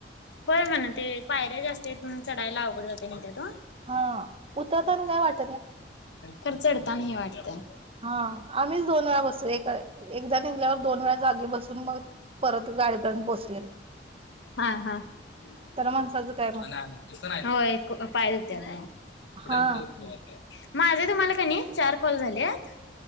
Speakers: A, on the left (about 80°); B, on the right (about 35°).
A: होय म्हणं ते पायऱ्या जास्ती हायत म्हणून चढायला अवघड जातय म्हणत्यात ओ.
B: हा, उतरताना काय वाट
A: खरं चढताना हे वाटतय.
B: हां आम्हीच दोन वेळा बसू एका एकदा निघल्यावर दोन वेळा जागी बसून मग परत गाडीत आणि बसलेलो.
A: हां हां. आणि <unintelligible>
B: माणसाचं काय मग
A: तस नाही होय पाय दुखत्यात हो पुढ
B: हा
A: पुढ माझं तुम्हांला कनई चार कॉल झाल्यात,